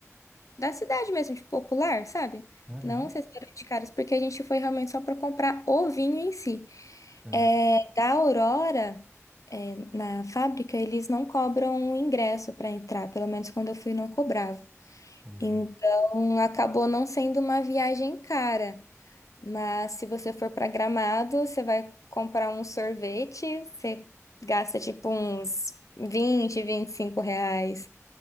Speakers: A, on the left; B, on the right.
A: da cidade mesmo, tipo, popular, sabe?
B: Uhum,
A: Não os restaurantes caros, porque a gente foi realmente só para comprar o vinho em si.
B: Sim,
A: É, da Aurora, é, na fábrica, eles não cobram ingresso para entrar, pelo menos quando eu fui não cobrava.
B: entendi.
A: Então acabou não sendo uma viagem cara. Mas se você for para Gramado, você vai comprar um sorvete, você gasta tipo uns vinte vinte e cinco reais.